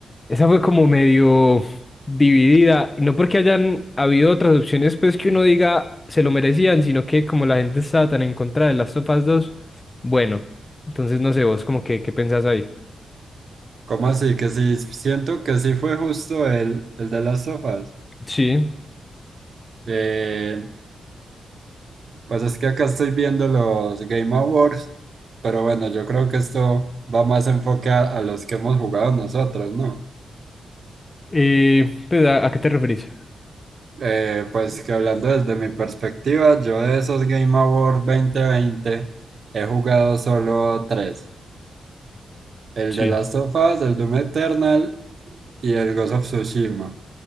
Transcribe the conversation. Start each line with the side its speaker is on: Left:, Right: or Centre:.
Left: esa fue como medio. dividida. Y no porque hayan habido otras opciones, pues que uno diga se lo merecían, sino que como la gente estaba tan en contra de las topas dos bueno, entonces no sé vos, como que, ¿qué pensás ahí?
Right: ¿Cómo así? Que sí, siento que sí fue justo el, el de las sofas.
Left: Sí.
Right: Eh, pues es que acá estoy viendo los Game Awards, pero bueno, yo creo que esto va más enfoque a, a los que hemos jugado nosotros, ¿no?
Left: Eh, pues, ¿a, a qué te referís?
Right: Eh, pues que hablando desde mi perspectiva, yo de esos Game Awards 2020 he jugado solo tres. el
Left: Sí.
Right: de Last of Us, el Doom Eternal y el Ghost of Tsushima.